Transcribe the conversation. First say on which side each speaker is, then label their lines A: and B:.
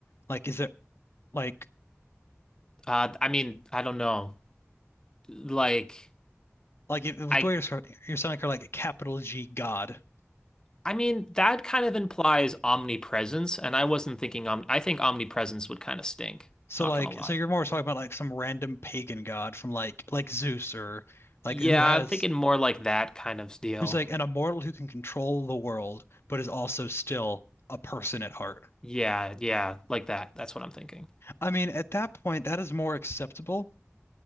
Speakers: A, on the left; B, on the left.
A: Like, is it like
B: Uh, I mean, I don't know. Like,
A: like if, with
B: I,
A: the way you're describing- you're sounding kind of like a capital G god.
B: I mean, that kind of implies omnipresence, and I wasn't thinking om I think omnipresence would kind of stink,
A: So
B: not
A: like,
B: gonna lie.
A: so you're more talking about like some random pagan god from like like Zeus or like
B: Yeah,
A: who has
B: I'm thinking more like that kind of deal.
A: who's like an immortal who can control the world, but is also still a person at heart.
B: Yeah, yeah, like that. That's what I'm thinking.
A: I mean, at that point, that is more acceptable